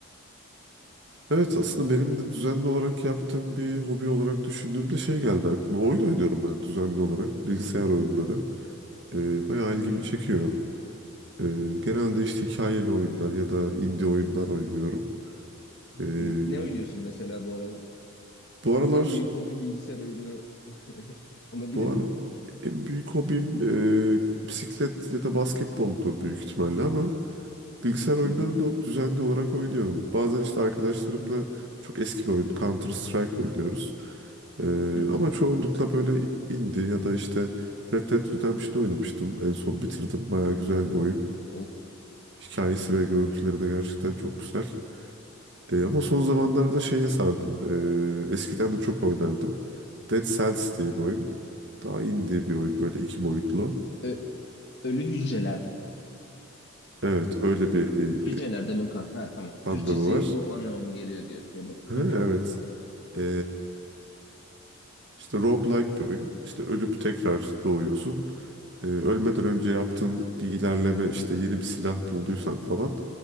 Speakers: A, on the right; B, on the left.
A: Evet aslında benim de düzenli olarak yaptığım bir hobi olarak düşündüğümde şey geldi aklıma. Oyun oynuyorum ben düzenli olarak. Bilgisayar oyunları. Ee, bayağı ilgimi
B: Hı hı.
A: çekiyor. Ee, genelde işte hikayeli oyunlar ya da indie oyunlar oynuyorum. Ee,
B: Hı. Ne oynuyorsun mesela bu aralar?
A: Bu aralar
B: En büyük hobin bilgisayar oyunu <laughs> olabilir
A: bu
B: mi?
A: ara en büyük hobim e, bisiklet ya da basketboldur büyük ihtimalle ama bilgisayar oyunlarını
B: Hı hı.
A: da düzenli olarak oynuyorum. Bazen işte arkadaşlarımla çok eski bir oyun Counter Strike oynuyoruz. E,
B: Hı hı.
A: ama çoğunlukla böyle indie ya da işte Red Dead Redemption'ı oynamıştım. En son bitirdim. Bayağı güzel bir oyun.
B: Of.
A: Hikayesi ve görüntüleri de gerçekten çok güzel. E, ama son zamanlarda şeye sardım. E, eskiden de çok oynardım. Dead Cells diye bir oyun. Daha indie bir oyun böyle iki boyutlu.
B: Ö- ölü hücreler.
A: Evet öyle bir e,
B: Ölü hücreler demek ha. Ha tamam.
A: anlamı
B: Türkçesi
A: var.
B: o anlamamı geliyor diye sordum.
A: Ha, evet.
B: Hı hı.
A: E, işte roguelike bir oyun. İşte ölüp tekrar doğuyorsun. E, ölmeden önce yaptığın bir ilerleme işte yeni bir silah bulduysan falan